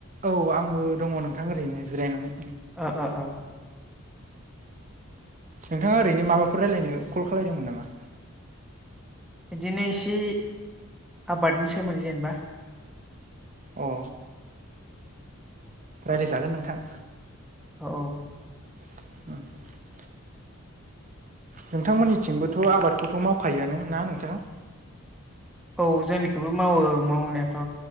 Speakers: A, on the right; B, in the centre.
A: औ आंबो दङ नोंथां ओरैनो जिरायनानै
B: अ औ
A: नोंथाङा ओरैनो माबाफोर रायजलायनो कल खालायदोंमोन नामा
B: बिदिनो एसे आबादनि सोमोन्दै जेनेबा
A: अ राय्लायजागोन नोंथां
B: औ
A: ह नोंथांमोननिथिंबोथ' आबादखौथ' मावखायोआनो ना नोंथां
B: औ जोंनिखौबो मावो मावनायाथ'